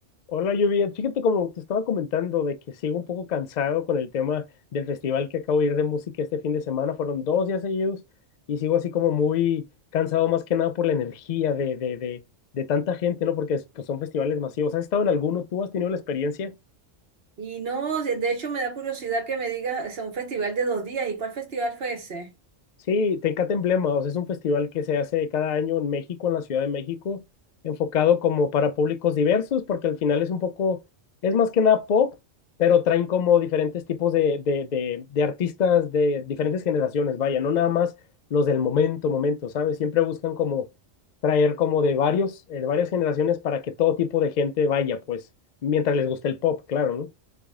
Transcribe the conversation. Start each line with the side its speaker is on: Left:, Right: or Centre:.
Left: Hola, Lluvia. Fíjate como te estaba comentando de que sigo un poco cansado con el tema del festival que acabo de ir de música este fin de semana. Fueron dos días seguidos y sigo así como muy cansado más que nada por la energía de, de, de, de tanta gente, ¿no? Porque es- pues, son festivales masivos. ¿Has estado en alguno? ¿Tú has tenido la experiencia?
Right: Y no, de de hecho me da curiosidad que me digas, o sea, un festival de dos días, ¿y cuál festival fue ese?
Left: Sí, Tecate Emblema, o sea, es un festival que se hace cada año en México, en la Ciudad de México, enfocado como para públicos diversos, porque al final es un poco, es más que nada pop, pero traen como diferentes tipos de, de, de, de artistas de diferentes generaciones, vaya, no nada más los del momento, momento, ¿sabes? Siempre buscan como traer como de varios, eh, de varias generaciones para que todo tipo de gente vaya, pues, mientras les guste el pop, claro, ¿no?